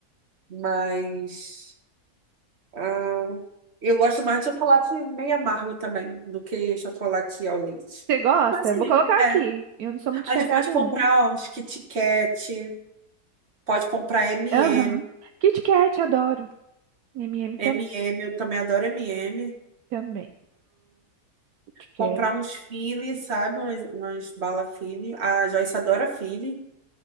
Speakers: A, on the right (about 45°); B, on the right (about 70°).
A: mas. ah, eu gosto mais de chocolate meio amargo também do que chocolate ao leite.
B: Você gosta?
A: Mas sim,
B: Eu vou colocar
A: é,
B: aqui. Eu não sou muito
A: a
B: chegada,
A: gente pode comprar
B: não.
A: ó, uns Kit Kat, pode comprar MM.
B: Aham. Kit Kat, adoro. M&M
A: MM,
B: também.
A: eu também adoro MM.
B: Também. Kit Kat.
A: comprar uns Fili, sabe? Umas, umas bala Fili. A Joyce adora Fili.